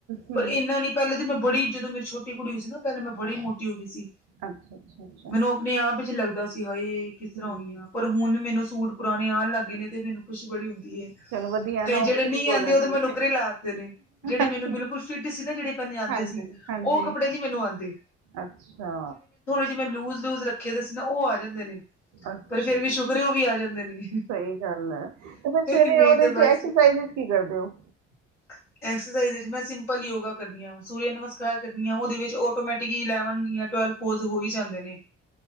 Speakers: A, on the right; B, on the left.
A: ਹੂੰ
B: ਪਰ ਇੰਨਾ ਨੀ ਪਹਿਲੇ ਤਾਂ ਮੈਂ ਬੜੀ ਜਦੋਂ ਮੇਰੀ ਛੋਟੀ ਕੁੜੀ ਹੋਈ ਸੀ ਨਾ, ਪਹਿਲੇ ਮੈਂ ਬੜੀ ਮੋਟੀ ਹੋ ਗਈ ਸੀ
A: ਅੱਛਾ ਅੱਛਾ ਅੱਛਾ
B: ਮੈਨੂੰ ਆਪਣੇ ਆਪ ਚ ਲੱਗਦਾ ਸੀਗਾ, ਇਹ ਕਿਸ ਤਰ੍ਹਾਂ
A: ਹੂੰ
B: ਹੋਈਆਂ ਪਰ ਹੁਣ ਮੈਨੂੰ ਸੂਟ ਏ ਆਣ ਲੱਗ ਗੇ ਨੇ, ਤੇ ਮੈਨੂੰ ਖੁਸ਼ੀ ਬੜੀ ਹੁੰਦੀ ਹੈ
A: ਚਲੋ ਵਧੀਆ
B: ਕਈ
A: ਨਾ
B: ਜਿਹੜੇ
A: ਉਹ ਵੀ
B: ਨਹੀਂ
A: ਯੂਜ਼ ਹੋ
B: ਆਉਂਦੇ
A: ਜਾਣਗੇ
B: ਉਹਦੇ ਮੈਂ ਨੁੱਕਰੇ ਲਾਤੇ ਨੇ, ਜਿਹੜੇ
A: ਅੱਛਾ
B: ਮੈਨੂੰ ਬਿਲਕੁਲ ਫਿਟ ਸੀ ਨਾ ਜਿਹੜੇ ਪਹਿਲੇ ਆਉਂਦੇ
A: ਹਾਂਜੀ
B: ਸੀ,
A: ਹਾਂਜੀ
B: ਉਹ ਕੱਪੜੇ ਨੀ ਮੈਨੂੰ ਆਉਂਦੇ।
A: ਅੱਛਾ
B: ਜਿਵੇਂ ਲੂਜ ਲੂਜ ਰੱਖੇ ਦਾ ਸੀ ਨਾ, ਉਹ ਆ ਜਾਂਦੇ ਨੇ,
A: ਅੱਛਾ
B: ਪਰ ਫੇਰ ਵੀ ਸ਼ੁਕਰਓ ਵੀ ਆ ਜਾਂਦੇ ਨੇ।
A: ਸਹੀ ਗੱਲ ਹੈ, ਤੇ ਫਿਰ ਸਵੇਰੇ
B: ਨਹੀਂ
A: ਉਹਦੇ
B: ਤੇ
A: ਚ
B: ਬਸ
A: ਐਕਸਰਸਾਈ ਚ ਕੀ ਕਰਦੇ ਹੋ
B: <unintelligible> ਐਕਸਰਸਾਈਜ਼ ਵਿੱਚ ਮੈਂ ਸਿੰਪਲ ਯੋਗਾ ਕਰਨੀ ਹਾਂ, ਸੂਰਯ ਨਮਸਕਾਰ ਕਰਨੀ ਹਾਂ, ਉਹਦੇ ਵਿੱਚ ਆਟੋਮੈਟਿਕ ਇਲੈਵਨ ਜਾਂ ਟਵੈਲਵ ਰੋਜ਼ ਹੋ ਹੀ ਜਾਂਦੇ ਨੇ,